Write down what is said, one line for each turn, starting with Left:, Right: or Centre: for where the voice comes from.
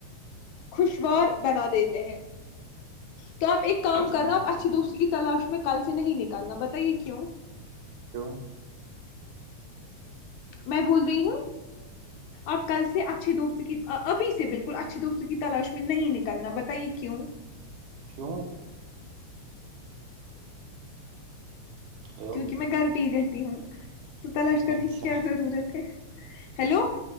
Left: خوشوار بنا دیتے ہیں تو آپ ایک کام کر
Right: صحیح
Left: رہے ہو آپ
Right: بولا
Left: اچھی دوست کی تلاش میں کل سے نہیں نک کلنا بتائیے کیوں
Right: کیوں
Left: میں بول رہی ہوں آپ کل سے اچھھی دوست کی ابھی سے بالکل بالکل اچھی دوستوں کی تلاش میں نہیں نکلنا بتہ یہ کیوں
Right: کیوں ہیلو
Left: کیونکہ میں گھر پ رہ تم تو تلاش کرنے
Right: اچھا
Left: کی کیا ضرورت ہے ہیلو